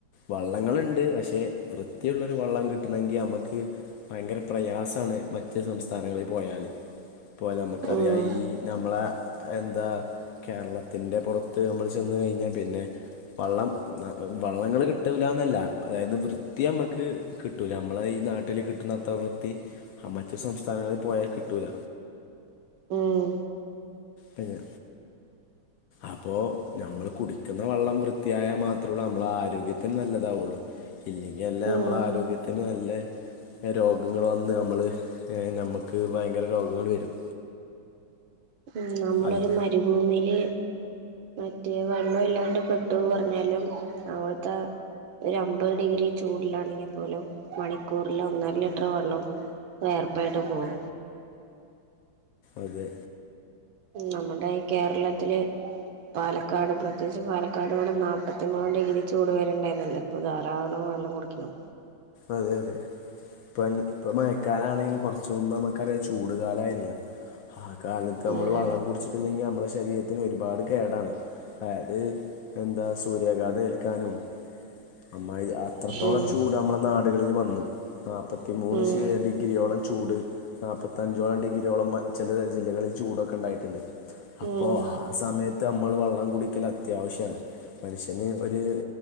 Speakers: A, on the left (about 75°); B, on the right (about 75°).
A: വള്ളങ്ങളുണ്ട് പക്ഷെ പക്ഷേ വൃത്തിയുള്ളൊരു വെള്ളം കിട്ടണെങ്കി ഞമ്മക്ക് ഭയങ്കര പ്രയാസാണ് മറ്റ് സംസ്ഥാനങ്ങളിൽ പോയാല് പോയാല് നമുക്കറിയാം
B: ഉം
A: ഈ ഞമ്മളെ എന്താ കേരളത്തിന്റെ പൊറത്ത് നമ്മള് ചെന്ന് കഴിഞ്ഞാ പിന്നെ വെള്ളം വെള്ളങ്ങള് കിട്ടൂലാന്നല്ല അതായത് വൃത്തി നമ്മക്ക് കിട്ടൂല നമ്മളെ ഈ നാട്ടിൽ കിട്ടുന്ന അത്ര വൃത്തി മറ്റ് സംസ്ഥാനങ്ങളിൽ പോയാ കിട്ടൂല
B: ഉം
A: കഴിഞ്ഞോ അപ്പോ ഞമ്മള് കുടിക്കുന്ന വെള്ളം വൃത്തിയായാ മാത്രള്ളൂ നമ്മളെ ആരോഗ്യത്തിന് നല്ലതാവൊള്ളൂ ഇല്ലെങ്കി അല്ല
B: ഉം
A: നമ്മളെ ആരോഗ്യത്തിന് നല്ലെ രോഗങ്ങള് വന്ന് നമ്മള് നമുക്ക് ഭയങ്കര രോഗങ്ങള് വരും
B: ഉം നമ്മളൊരു
A: അത്
B: മരുഭൂമില് മറ്റേ വെള്ളയില്ലാണ്ട് പെട്ടു പറഞ്ഞാലും അവിടുത്തെ ഒരു അമ്പത് ഡിഗ്രി ചൂടിലാണെങ്കിപ്പോലും മണിക്കൂറിൽ ഒന്നര ലിറ്ററ് വെള്ളം വിയർപ്പായിട്ട് പോവും
A: അതെ
B: നമ്മുടെ ഈ കേരളത്തില് പാല പാലക്കാട് പ്രത്യേകിച്ച് പാലക്കാട് ‌ ഇവടെ നാൽപ്പത്തി മൂന്ന് ഡിഗ്രി ചൂട് വരേണ്ടാരുന്നില്ലേ അപ്പോ ധാരാളം വെള്ളം കുടിക്കണം
A: അതെ അതെ ഇപ്പൻ ഇപ്പം മഴക്കാലാണെങ്കിലും കൊറച്ച് മുമ്പ് നമുക്കറിയാം ചൂട് കാലായിരുന്നു ആ കാലത്ത് നമ്മൾ
B: ഉം
A: വെള്ളം കുടിച്ചിട്ടില്ലെങ്കി നമ്മളെ ശരീരത്തിന് ഒരുപാട് കേടാണ് അത് എന്താ സൂര്യാഘാതം ഏൽക്കാനും അമ്മാതിരി ആഹ് അത്രത്തോളം
B: ഉം
A: ചൂട് അമ്മള നാടുകളില് വന്നു നാപത്തി മൂന്ന്
B: ഉം
A: ശ് ഡിഗ്രിയോളം ചൂട് നാപ്പ നാല്പത്തഞ്ചോളം ഡിഗ്രിയോളം മ ചെല ജില്ലകളിൽ ചൂടൊക്കെണ്ടായിട്ട്ണ്ട് അപ്പോ
B: ഉം
A: ആഹ് സമയത്ത് അ മ്മള് വള്ളം കുടിക്കല് അത്യാവശ്യാണ് മനുഷ്യന് ഒര്